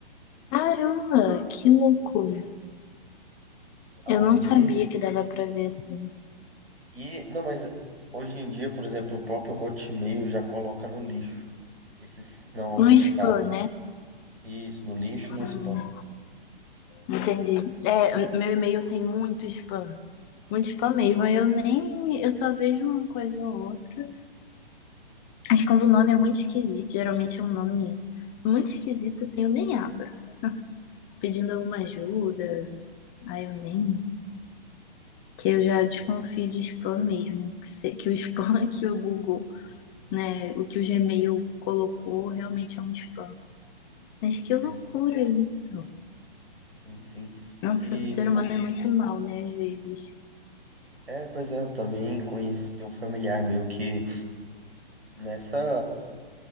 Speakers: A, on the left (about 30°); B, on the right (about 85°).
A: Caramba, que loucura.
B: Aí,
A: Eu não sabia que dava pra ver assim.
B: e, não, mas hoje em dia, por exemplo, o próprio Hotmail já coloca no lixo esses não autenticados.
A: No spam, né?
B: Isso, no lixo e no
A: Hum,
B: spam.
A: entendi. É, meu e-mail tem muito spam. Muito spam mesmo. aí Eu nem. Eu só vejo uma coisa ou outra. Mas quando o nome é muito esquisito, geralmente é um nome muito esquisito, assim, eu nem abro. Pedindo alguma ajuda, aí eu nem. que eu já
B: Pois
A: desconfio
B: é,
A: de spam mesmo, que, se- que o spam <laughs> que o Google, né, o que o Gmail colocou realmente é um spam. Mas
B: entendo.
A: que loucura isso.
B: Sim, sim.
A: Nossa,
B: E,
A: ser humano
B: pô,
A: é muito mal, né, às vezes.
B: é, pois é, eu também conheci, tem um familiar meu que nessa.